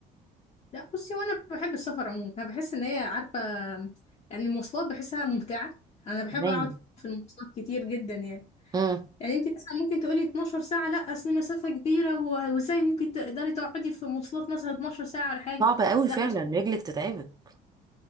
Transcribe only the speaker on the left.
لا بصي وانا بحب السفر عموما انا بحس ان هي عارفه يعني المواصلات بحسها ممتعه انا بحب
اقعد في المواصلات كتير جدا يعني
يعني انت مثلا ممكن تقولي 12 ساعه لا اصل مسافه كبيره و- وازاي ممكن تقدري تقعدي في مواصلات مثلا 12 ساعه ولا حاجه
لا
بس